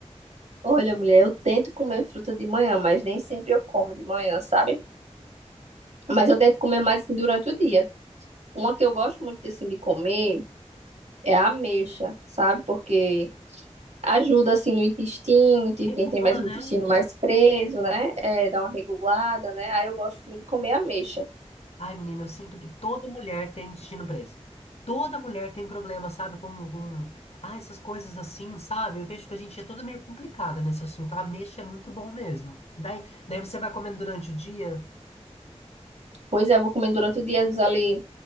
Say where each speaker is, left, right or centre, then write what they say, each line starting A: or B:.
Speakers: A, on the right; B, on the left.
A: Olha, mulher, eu tento comer fruta de manhã, mas nem sempre eu como de manhã, sabe? Mas eu tento comer mais assim, durante o dia. Uma que eu gosto muito assim de comer é a ameixa, sabe? Porque ajuda assim no intestino, tipo,
B: Regula,
A: quem tem mais o
B: né?
A: intestino mais preso, né? É, dá uma regulada, né? Aí eu gosto muito de comer ameixa.
B: Ai, menina, eu sinto que toda mulher tem intestino preso. Toda mulher tem problema, sabe? Com, com... Ah, essas coisas assim, sabe? Eu vejo que a gente é toda meio complicada nesse assunto. A mexa é muito bom mesmo. Daí, daí você vai comendo durante o dia.
A: Pois é, eu vou comendo durante o dia, às vezes ali